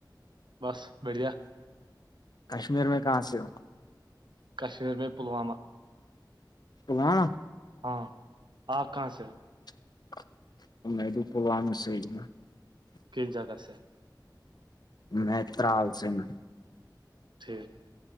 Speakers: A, on the right; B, on the left.
A: بس بڑیا
B: کشمیر میں کہاں سے ہو
A: کشمیر میں پلوامہ
B: پلوامہ
A: ہاں آپ کہاں سے
B: <inaudible>
A: جگہ سے
B: میں طال سے ہے نا
A: ٹھیک ہے